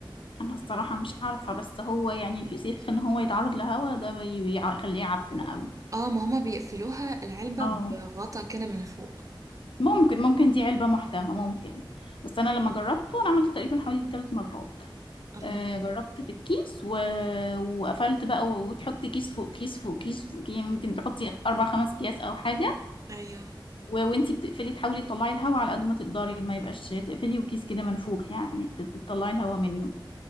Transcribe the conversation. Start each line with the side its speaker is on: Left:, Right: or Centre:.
Left: انا الصراحة مش عارفة بس هو يعني الفسيخ ان هو يتعرض لهوا ده بي- بيع- يخليه يعفن قوي
Right: اه ما هما بيقفلوها العلبة
Left: اه
Right: بغطا كده من فوق
Left: ممكن ممكن دي علبة محكمة ممكن بس انا لما جربته انا عملته تقريبا حوالي ثلاث مرات
Right: الله
Left: آه جربت في الكيس و... وقفلت بقى و- وتحطي كيس فوق كيس فوق كيس فوق يعني ممكن تحطي اربع خمس اكياس او حاجة
Right: ايوه
Left: و... وانتي بتقفلي تحاولي تطلعي الهوا على قد ما تقدري ما يبقاش تقفلي وكيس كده منفوخ يعني تت- تطلعي الهوا منه